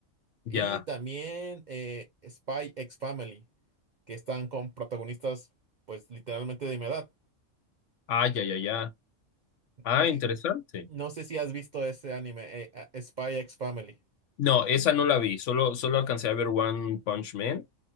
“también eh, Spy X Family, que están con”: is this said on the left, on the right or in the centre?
Right